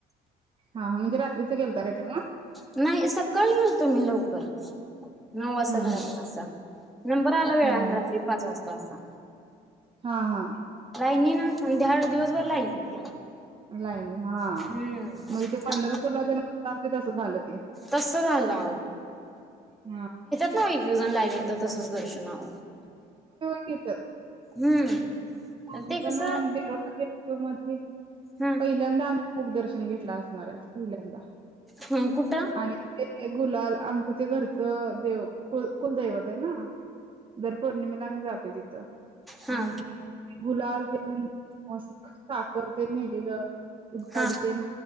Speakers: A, on the right (about 30°); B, in the centre.
A: हा-हा म्हणजे रात्रीच गेलता काय तुम्ही.
B: नाही सकाळी गेलतो, मी लवकर. नऊ वासता
A: हम्म
B: घरातन
A: हम्म
B: असा. नंबर आला वेळान
A: हम्म
B: रात्री पाच वाजता. पासा.
A: हा-हा.
B: राहिनी ना, हन. त्या वेळेस दिवसभर लाइनीत त्या.
A: लाईन हा
B: हम्म
A: म्हणजे, ते पंढरपूरला तेन कसं झालं ते,
B: तस झालं
A: हा.
B: नाइ एकेक जण लाईनितन तसंच दर्शनाव.
A: की येत्यात
B: हम्म ते
A: हे पण
B: कसं
A: <unintelligible> हम्.
B: हा
A: पहिल्यांदा आम मुख दर्शन घेतला असणारय पहिल्यांदा
B: हम् कुठ?
A: आणि गुलाल आमच्या ते घरचं देव कु कुलदैवत आहे ना जर पौर्णिमेला जातोय तिथं.
B: हा
A: आणि गुलाल तेन साखर तेन नेलेलं. उद्काडी
B: हा
A: तेन